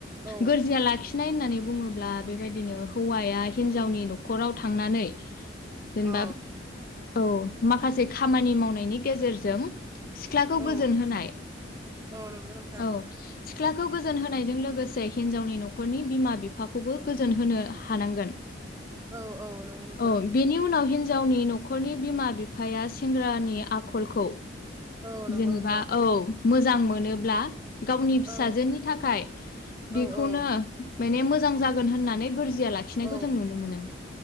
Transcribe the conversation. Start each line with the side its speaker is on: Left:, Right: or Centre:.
Right: औ
Left: गोरजिया लाखि नाय होननानै बुंङोब्ला बेबायदिनो हौवाया हिनजावनि नख नखराव थांनानै जेनेबा
Right: अ
Left: औ माखासे। खामानि मावनायनि गेजेरजों सिख्लाखौ
Right: औ
Left: गोजोन होनाय
Right: औ नंगौ नोंथां
Left: औ। सिख्लाखौ गोजोन होनायजों लोगोसे हिन्जावनि नखरनि बिमा बिफाखौबो गोजोन होनो हानांगोन।
Right: औ औ नंगौ नोंथां
Left: औ बेनि उनाव हिन हिन्जावनि नखरनि बिमा बिफाया सेंग्रानि आखलखौ
Right: औ नंगौ
Left: जेनेबा
Right: नोंथां
Left: औ। मोजां मोनोब्ला गावनि फिसाजोनि
Right: औ
Left: थाखाय
Right: औ
Left: बेखौनो
Right: औ
Left: माने मोजां जागोन होननानै गोरजिया लाखिनायखौ
Right: औ
Left: जों नुनो मोनो